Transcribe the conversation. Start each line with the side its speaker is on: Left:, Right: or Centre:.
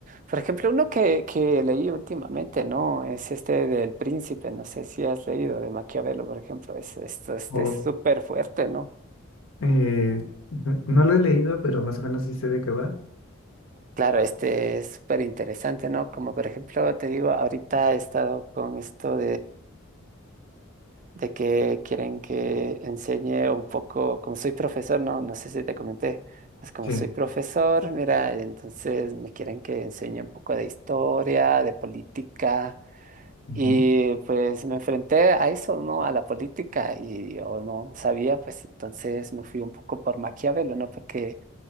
Right: por ejemplo, uno que, que leí últimamente, ¿no? Es este del Príncipe, no sé si has leído de Maquiavelo, por ejemplo, es, esto, este
Left: O
Right: es súper fuerte, ¿no?
Left: eh, n- no lo he leído, pero más o menos sí sé de qué va.
Right: Claro, este es súper interesante, ¿no? Como por ejemplo, te digo, ahorita he estado con esto de que quieren que enseñe un poco, como soy profesor, no, no sé si te comenté, pues como
Left: Sí,
Right: soy profesor, mira, entonces me quieren que enseñe un poco de historia, de política,
Left: ujú,
Right: y pues me enfrenté a eso, ¿no? A la política, y yo no sabía, pues entonces me fui un poco por Maquiavelo, ¿no? Porque